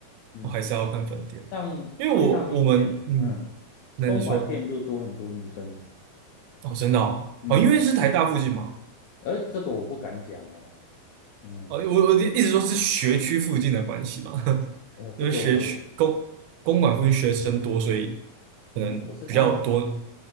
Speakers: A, on the left; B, on the right.
A: 嗯，
B: 我还是要看饭店，
A: 像非常明显，
B: 因为我我们嗯，
A: 嗯，
B: 那你说
A: 公馆店就多很多女生，
B: 哦，真的哦，
A: 嗯，
B: 哦，因为是台大附近嘛，
A: 而这个我不敢讲哦，嗯，
B: 哦，我我的意思说是学区附近的关系嘛，<laughs>
A: 呃，这个我有，
B: 因为学区公公馆附近学生多，所以可能比较多
A: 嗯，可是他们。